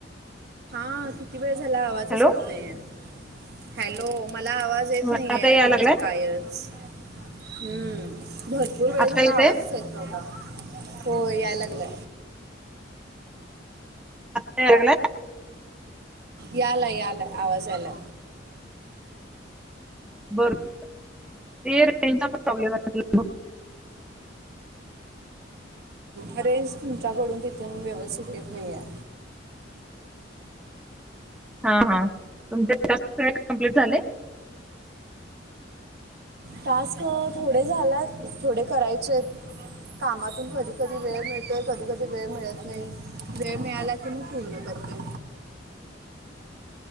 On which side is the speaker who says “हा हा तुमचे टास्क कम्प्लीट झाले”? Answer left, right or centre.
Centre